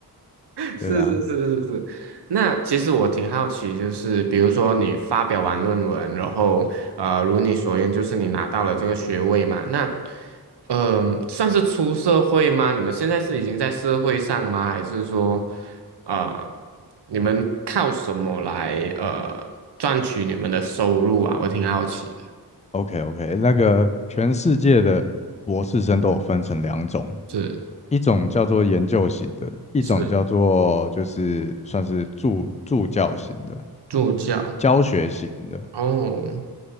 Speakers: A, on the right; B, on the left.
A: 是是是是是，
B: <laughs> 对啊
A: 那其实我挺好奇，就是比如说你发表完论文，然后呃，如你所愿，就是你拿到了这个学位嘛，那嗯、呃算是出社会吗？你们现在是已经在社会上吗？还是说啊，你们靠什么来呃赚取你们的收入啊？我挺好奇的。
B: ，OK OK，那个全世界的博士生都有分成两种，
A: 是
B: 一种叫做研究型的，一种叫做就是算是助助教型的、
A: 是助教
B: 教学型的。
A: 哦，